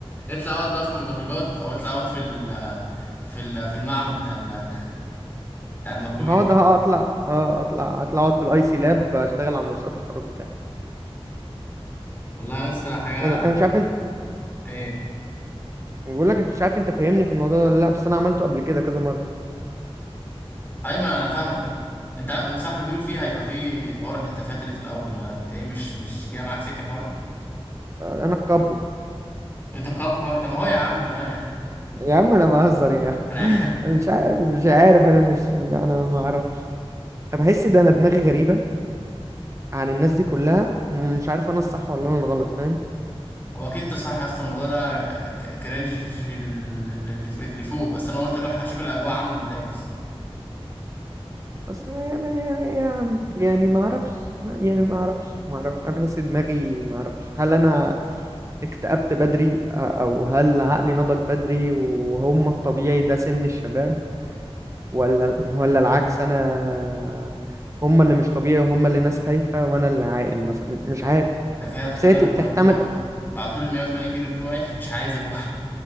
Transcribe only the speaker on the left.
اطلع اقعد بقى في المدرجات او اطلع اقعد في ال... في ال... في المعمل بتاع ال... بتاع الميكروويف
والله يا اسطى حاجه
ايه
ايوه ما انا فاهمك اه. انت عارف- صح بيقولوا فيه هيبقى فيه حوار الهتافات اللي في الاول ده انت ايه مش مش جاي معاك سكه الحوار ده
انت كابو هو... طب ما هو يا عم تمام يعني <laughs>
انا
عارف.
هو اكيد انت صح يا اسطى الموضوع ده ك- كرنج في ال- اللي في- اللي فوق بس انا قلت اروح اشوف الاجواء عامله ازاي بس
تخيل خليني
اروح
اقول لهم ابعتوا لي ال 180 جنيه بتوعي <laughs> مش عايز اروح